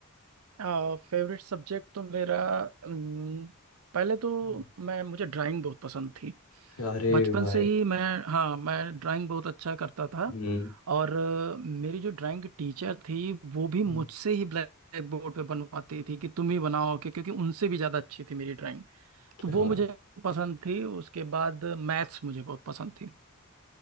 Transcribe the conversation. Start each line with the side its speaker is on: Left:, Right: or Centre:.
Right: फेवरेट सब्जेक्ट तो मेरा अम, पहले तो
Left: हम्म।
Right: मैं मुझे ड्राइंग बहुत पसंद थी
Left: अरे
Right: बचपन
Left: भाई
Right: से ही मैं हाँ मैं ड्राइंग बहुत अच्छा करता था
Left: हम्म
Right: और अ, मेरी जो ड्राइंग की टीचर थी वो भी मुझसे
Left: हम्म,
Right: ही ब्लैक बोर्ड पे बनवाती थी कि तुम ही बनाओ कि क्योंकि उनसे भी ज़्यादा अच्छी थी मेरी ड्राइंग
Left: क्या
Right: तो वो
Left: बात
Right: मुझे पसंद थी उसके बाद मैथ्स मुझे बहुत पसंद थी